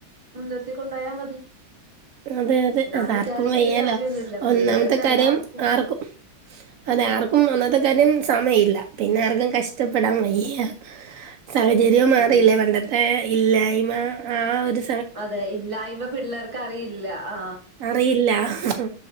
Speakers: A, on the right; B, on the right.
A: മുൻനിർത്തിക്കൊണ്ടായാ മതി
B: അതെ അതെ
A: ഒരാള്
B: അതാർക്കും
A: വിചാരിച്ചിട്ട്
B: വെയ്യാലോ
A: കാര്യല്ലല്ലോ പിള്ളേർക്ക്
B: ഒന്നാമത്തെ കാര്യം
A: എല്ലാവർക്കും
B: ആർക്കും അതെ ആർക്കും ഒന്നത്തെ കാര്യം സമയമല്ല പിന്നെ ആർക്കും കഷ്ടപ്പെടാൻ വയ്യ സാഹചര്യം മാറിയില്ലേ
A: ഉം
B: പണ്ടത്തെ ഇല്ലായ്മ ആ ഒര്ത്
A: അതെ ഇല്ലായ്മ പിള്ളേർക്ക് അറിയില്ല ആ
B: അറിയില്ല അഹഹ